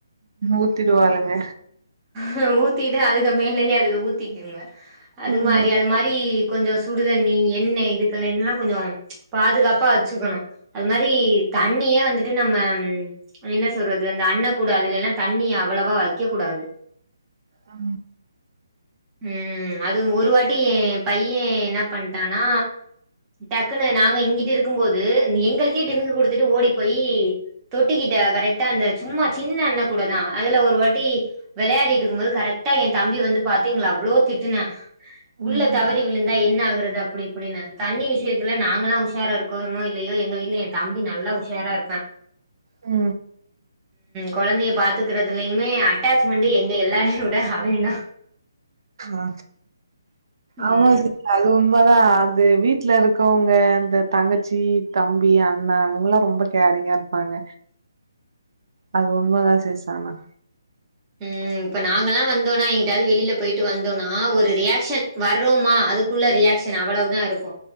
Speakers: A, on the right; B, on the right.
A: ஊத்திடுவாளுங்க
B: ஹ உத் த்திட்டு அதுக்கு மேலயே அதுக ஊத்திக்குங்க அது
A: ம்
B: மாரி அது மாரி கொஞ்சோ சுடுதண்ணி எண்ணெய் இதுக்கெல்லா கொஞ்சோ பாதுகாப்பா வச்சுக்கணு அது மாரி தண்ணிய வந்துட்டு டு நம்ம என்ன சொல்றது அந்த அண்ண கூட அதுலலா தண்ணிய அவ்வளவா வக்க கூடாது
A: உ உ
B: உ அது ஒரு வாட்டி பைய்யே என்ன பண்ட்டானா டக்குன்னு நாங்க இங்கிட்டு இருக்கும்போது எங்களுக்கே டிமிக்கி குடுத்துட்டு ஓடி போய் தொட்டிக்கிட்ட கரெக்டா அந்த சும்மா சின்ன அண்ண கூடதா அதுல ஒரு வாட்டி விளையாடிட்டு இருக்கும்போது கரெக்டா எ தம்பி வந்து பாத்து எங்கள அவ்ளோ திட்டுனா உள்ள
A: ம்
B: தவறி விழுந்தா என்ன ஆ குரது அப்டி இப்டின்னு தண்ணி விஷயத்துல நாங்கல்லா உஷாரா இருக்கோமோ இல்லையோ எங்க வீ்ட்ல எ தம்பி நல்லா உஷாரா இருப்பா
A: உ
B: கொழந்தைய பாத்துக்குறதுலயுமே அட்டாச் ச்மன்ட்டு எங்க எல்லாரையு விட அவே தா
A: ஆ
B: ம்
A: ஆமா சிஸ்டர் அவுந் ரொம்பதா அது வீட்ல இருக்கவங்க இந்த தங்கச்சி தம்பி அண்ணா அவங்கல்லா ரொம்ப கேரிங்கா இருப்பாங்க அது உண்மதா சிஸ்டர் ஆனா
B: ம் இப்ப நாங்க எல்லா வந்தோன்னா எங்கிட்டாவது வெளில போயிட்டு வந்தோன்னா ஒரு ரியாக்க்ஷன் வர்றோமா அதுக்குள்ள ரியாக்க்ஷன் அவ்வளவுதா இருக்கு